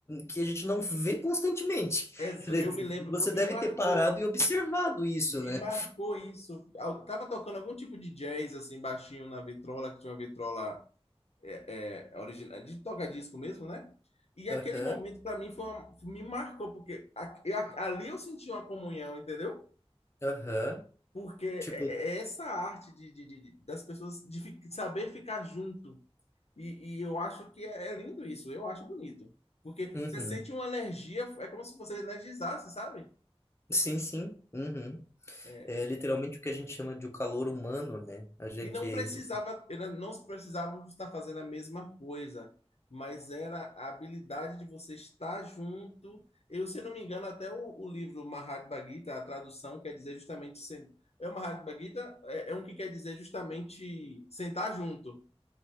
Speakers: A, on the left; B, on the left.
A: que a gente não vê constantemente.
B: Ex-
A: <laughs>
B: Eu me lembro,
A: Você
B: me
A: deve
B: marcou
A: ter parado e observado isso,
B: Me
A: né?
B: marcou isso. Al- Tava tocando algum tipo de jazz, assim, baixinho na vitrola, que tinha uma vitrola é, é, original, de toca-disco mesmo, né? E aquele
A: Aham,
B: momento, para mim, foi uma- me marcou, porque a- eu- ali eu senti uma comunhão, entendeu?
A: aham.
B: Porque é,
A: Tipo,
B: é é essa arte de, de- de- de- das pessoas de fi- saber ficar junto. E, e eu acho que é, é lindo isso, eu acho bonito. Porque
A: uhum.
B: você sente uma energia, é como se você energizasse, sabe?
A: Sim, sim. Uhum.
B: É,
A: É literalmente o que a gente chama de o calor humano, né? A gente.
B: E não precisava, elas não precisavam estar fazendo a mesma coisa, mas era a habilidade de você estar junto. Eu, se não me engano, até o, o livro Mahatma Gita, a tradução quer dizer justamente. sen- É o Mahatma Gita, é, é um que quer dizer justamente sentar junto.